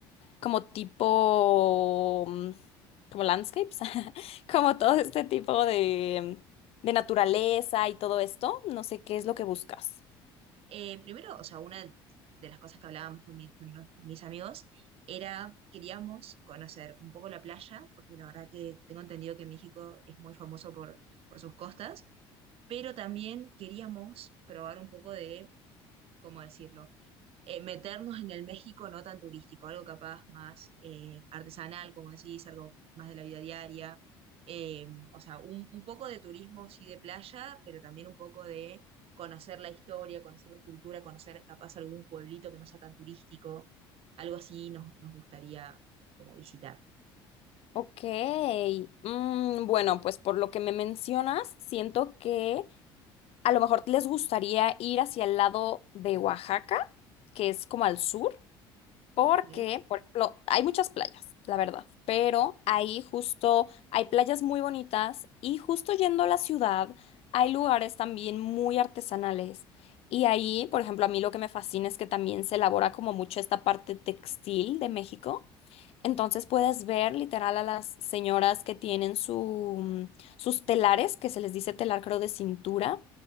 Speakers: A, on the left; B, on the right.
A: como tipo, mm, como landscapes, <laughs> como todo este tipo de, de naturaleza y todo esto. No sé qué es lo que buscas.
B: Eh, primero, o sea, una de las cosas que hablábamos con, mi- con los- mis amigos era, queríamos conocer un poco la playa, porque la verdad que tengo entendido que México es muy famoso por, por sus costas, pero también queríamos probar un poco de ¿cómo decirlo? Eh, meternos en el México no tan turístico, algo capaz más eh, artesanal, como decís, algo más de la vida diaria. Eh, o sea, un, un poco de turismo, sí, de playa, pero también un poco de conocer la historia, conocer la cultura, conocer capaz algún pueblito que no sea tan turístico. Algo así nos, nos gustaría como visitar.
A: Ok, mm, bueno, pues por lo que me mencionas, siento que a lo mejor les gustaría ir hacia el lado de Oaxaca, que es como al sur. Porque,
B: Ok,
A: por ejemplo, hay muchas playas, la verdad, pero ahí justo hay playas muy bonitas y justo yendo a la ciudad hay lugares también muy artesanales. Y ahí, por ejemplo, a mí lo que me fascina es que también se elabora como mucho esta parte textil de México. Entonces puedes ver literal a las señoras que tienen su, mm, sus telares, que se les dice telar creo de cintura,